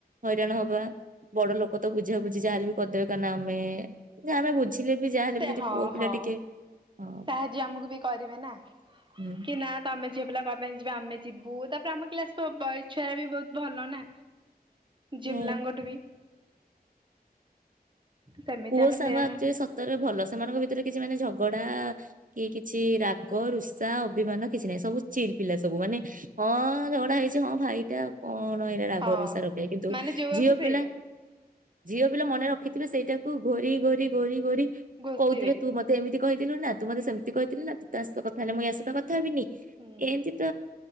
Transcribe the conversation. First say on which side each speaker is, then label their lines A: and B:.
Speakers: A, on the right; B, on the right.
A: ହଇରାଣ ହବା, ବଡ ଲୋକ ତ ବୁଝା ବୁଝି ଯାହାଲେ ବି କରିଦେବେ କାଇନା ଆମେ ଯ ଆମେ ବୁଝିଲେ। ଯାହା ହେଲେ
B: ସେ
A: ବି ଯଦି
B: ହଁ
A: ପୁଅ ପିଲା
B: ହଁ
A: ଟିକେ। ହଁ
B: ସାହାଯ୍ୟ ଆମକୁ ବି କରିବେ ନା
A: ହୁଁ।
B: କି ନା ତମେ ଝିଅ ପିଲା କଣ ପାଇଁ ଯିବା ଆମେ। ଯିବୁ ତାପରେ ଆମ କ୍ଲାସ ବଏସ ଛୁଆ ଗୁରା ବି ବହୁତ ଭଲ ନା। ଝିଅ
A: ହୁଁ।
B: ପିଲାଙ୍କ ଠୁ ବି। ସେମିତି
A: ପୁଅ
B: ଆମେ
A: ସାଙ୍ଗ
B: ସେଇଆ
A: ଆକଚୁଆଲି
B: ନହେଲେ
A: ସତରେ ଭଲ ସେମାନଙ୍କ ଭିତରେ କିଛି ମାନେ ଝଗ୍ ଝଗଡା କି କିଛି ରାଗ ରୁଷା ଅଭିମାନ କିଛି ନାହିଁ ସବୁ ଚିଲ ପିଲା ସବୁ ମାନେ ହଁ ଝଗଡା ହେଇଛି ହଁ ଭାଇଟା। କଣ ଏଇଟା ରାଗରୁଷା
B: ହଁ।
A: ରଖିବେ କିନ୍ତୁ
B: ମାନେ ଯୋଉଆକୁ
A: ଝିଅ
B: ସେଇଆ
A: ପିଲା ଝିଅ ପିଲା ମନେ ରଖିଥିବେ ସେଇଟା। ଘୋରି ଘୋରି ଘୋରି ଘୋରି।
B: ଘୋଷିବେ
A: କହୁଥିବେ ତୁ ମତେ ଏମିତି। କହିଥିଲୁ ନା ତୁ ମତେ ସେମିତି କହିଥିଲୁ ନା ତୁ ତା ସହିତ କଥା ହେଲେ ମୁଁ ୟା ସହିତ କଥା। ଥା ହେବିିନି
B: ହୁଁ
A: ଏମିତି ତ